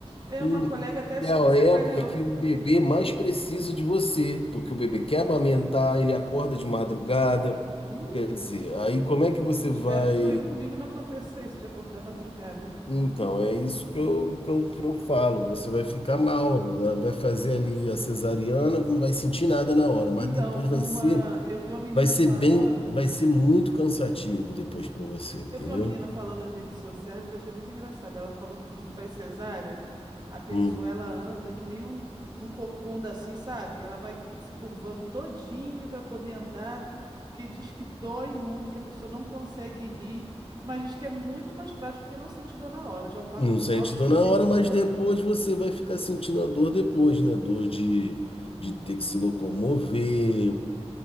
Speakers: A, on the right; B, on the left.
A: É,
B: E,
A: uma colega até s-
B: e é a
A: me sacaneou.
B: época que o bebê mais precisa de você,
A: <laughs>
B: porque o bebê
A: Entendi.
B: quer amamentar, ele acorda de madrugada.
A: Ixi,
B: Quer dizer, aí como é que você
A: espero
B: vai.
A: que comigo não aconteça isso de acordar madrugada.
B: Então, é isso que eu, que eu, que eu falo. Você vai ficar mal, né? vai fazer ali a cesariana, não vai sentir nada na hora, mas
A: Então,
B: depois
A: uma,
B: vai ser,
A: eu vi uma menina
B: vai ser
A: falando,
B: bem, vai ser muito cansativo depois para você, entendeu?
A: eu vi uma menina falando nas redes sociais que eu achei muito engraçado. Ela falou que <laughs> quando faz cesárea, a pessoa
B: Hum.
A: ela anda que nem um, um corcunda assim, sabe? Ela vai se curvando todinha para poder andar, porque diz que dói muito, que a pessoa não consegue rir, mas diz que é muito mais prático porque não sente dor na hora. Já o parto
B: Não
A: normal
B: sente
A: diz
B: dor
A: que
B: na
A: sente
B: hora,
A: uma
B: mas
A: dor
B: depois
A: horrível.
B: você vai ficar sentindo a dor depois, né? Dor de,
A: Hum.
B: de ter que se locomover,